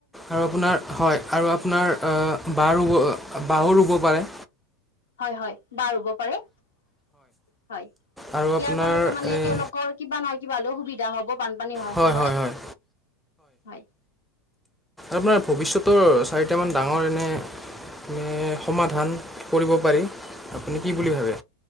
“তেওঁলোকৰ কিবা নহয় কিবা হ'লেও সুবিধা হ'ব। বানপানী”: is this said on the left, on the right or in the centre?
Left